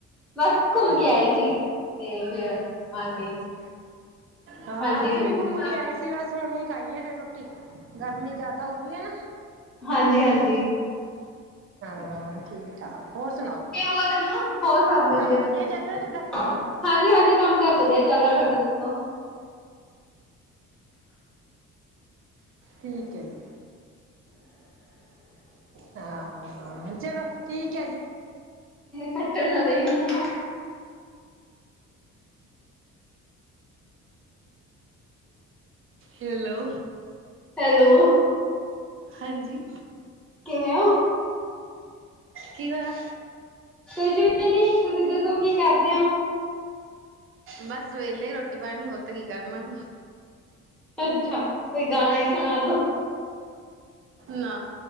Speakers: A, in the centre; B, on the right.
A: ਬਸ ਘੁੰਮ
B: ਅੱਛਾ
A: ਕੇ ਆਏ
B: ਅੱਛਾ
A: ਸੀ। ਤੇ ਫਿਰ ਆ ਕੇ
B: ਅੱਛਾ ਹਾਂ
A: ਹਾਂਜੀ
B: ਅਸੀਂ ਵੀ ਘੁੰਮ
A: ਹਾਂਜੀ
B: ਕੇ ਆਏ ਸੀ ਬਸ ਹੁਣੇ ਖਾਈਏ ਫਿਰ ਰੋਟੀ ਗਰਮੀ ਜ਼ਿਆਦਾ ਹੋ ਰਹੀ ਹੈ ਨਾ
A: ਹਾਂਜੀ ਹਾਂਜੀ।
B: ਹਾਂ ਠੀਕ ਠਾਕ। ਹੋਰ ਸੁਣਾਓ
A: ਹੋ ਹੋਰ ਸਭ ਵਧੀਆ
B: ਕੰਮ
A: ਤੁਸੀਂ ਦਸੋ
B: ਚੱਲ ਰਿਹਾ ਤੁਹਾਡਾ
A: ਹਾਂਜੀ ਹਾਂਜੀ ਕੰਮ ਕਾਰ ਵਧੀਆ ਚੱਲਦਾ ਤੁਹਾਡਾ ਦੱਸੋ <inaudible>
B: ਠੀਕ ਹੈ ਜੀ ਹਾਂ ਚਲੋ ਠੀਕ ਹੈ ਜੀ
A: ਕੱਟਣ ਨਾ ਉਹਨੂੰ
B: ਹੈਲੋ
A: ਹੈਲੋ
B: ਹਾਂਜੀ
A: ਕਿਵੇਂ ਹੋ
B: ਕੀ ਹੋਯਾ
A: ਕੁਛ ਵੀ ਨੀ ਤੁਸੀਂ ਦੱਸੋ ਕੀ ਕਰਦੇ ਹੋ
B: ਬਸ ਵੇਲੇ ਰੋਟੀ ਪਾਣੀ ਹੋਰ ਤਾਂ ਕੀ ਕਰਨਾ
A: ਅੱਛਾ ਕੋਈ ਗਾਣਾ ਹੀ ਸੁਣਾ ਦੋ
B: ਨਾ